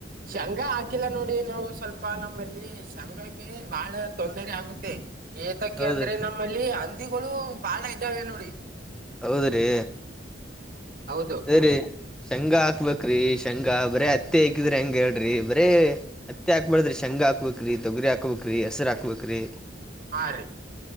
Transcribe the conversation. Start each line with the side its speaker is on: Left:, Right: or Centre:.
Right: ಶಂಗಾ ಹಾಕಿಲ್ಲ ನೋಡಿ ನಾವು ಸ್ವಲ್ಪ ನಮ್ಮಲ್ಲಿ ಶಂಗಾಗೆ ಬಹಳ ತೊಂದರೆ ಆಗುತ್ತೆ. ಏತಕೇ
Centre: ಹೌದ್ರಿ
Right: ಅಂದ್ರೆ ನಮ್ಮಲ್ಲಿ ಹಂದಿಗಳು ಬಾಳ ಇದ್ದಾವೆ ನೋಡಿ.
Centre: ಹೌದ್ರೀ
Right: ಹೌದು
Centre: ಅದೇರಿ ಶಂಗಾ ಹಾಕ್ಬೇಕ್ರಿ ಶಂಗಾ ಬರೀ ಹತ್ತಿ ಹಾಕಿದ್ರೆ ಹೆಂಗ ಹೇಳ್ರಿ ಬರೇ ಹತ್ತೆ ಹಾಕ್ಬ್ಯಾಡ್ದ್ರಿ ಶೇಂಗ ಹಾಕ್ಬೇಕ್ರಿ ತೊಗರಿ ಹಾಕ್ಬೇಕ್ರಿ ಹೆಸರು ಹಾಕ್ಬೇಕ್ರಿ.
Right: ಹಾ ರೀ